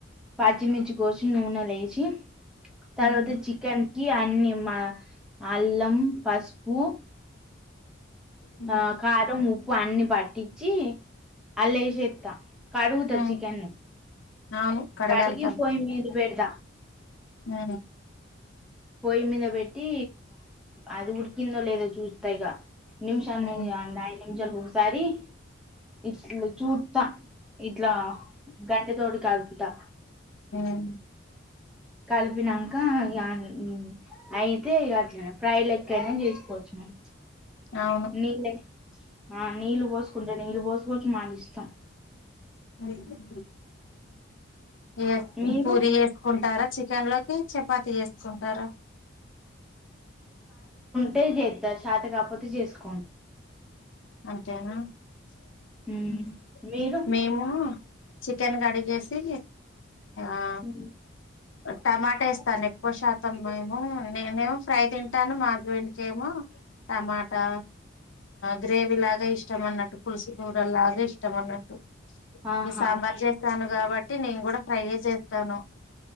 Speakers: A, in the centre; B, on the left.
A: పచ్చిమిర్చి కోసి నూనెల ఎంచి తర్వాత
B: ఉమ్,
A: చికెన్ కి అన్ని అల్లం పసుపు పూ
B: ఉమ్.
A: ఆ కారం ఉప్పు అన్ని పట్ టిచ్చి అల్ల ఎసేత్తా కడుగుత
B: ఉమ్
A: చికెన్ ని
B: అవును కడగాలి
A: కడిగి పోయి మీద పేడుదా
B: హ
A: పొయ్యి మీద పెట్టి అది ఉడికిందో లేదో చూస్తాైగా నిమిషాాల
B: ఉమ్
A: మీ నిమిషాలు ఒసారి ఇట్ చూర్తా ఇట్లా గంటే తోడి కడుపుతా
B: ఉమ్
A: కాలిపినాంక అగు హు అయితే ఫ ఇగ ఫ్రై అట్లనే లెక్కయినా చేసుకోవచ్చు మేడం
B: అవును
A: నీళ్ళ ఆ నీళ్ళు పోసుకుంటే నీళ్ళు పోసుకోవచ్చు మాని ఇష్టం
B: హు ఇగ
A: మీరు
B: పూరి చేసుకుంటారా చికెన్ లోకి చపాతి చేసుకుంటారా
A: డే చేత్త శాత కాకపోతే చేసుకు
B: అంతేనా హు
A: ఉమ్ మీరు
B: మేము చికెన్ కడిగేసి ఆ
A: ఉమ్.
B: టమాట ఇస్తాను ఎక్కువ శాతం మేము నేనే మో ఫ్రై తింటాను మా హస్బెండ్కి ఏమో టమాటా గ్రేవీ లాగా ఇష్టంమన్నట్టు పులుసు కూూర లాగా ఇష్టంమన్నట్టు
A: ఆహా
B: ఈ సాంబార్ చేసాను కాబట్టి నేను కూడా ఫ్రై యే చేస్తాను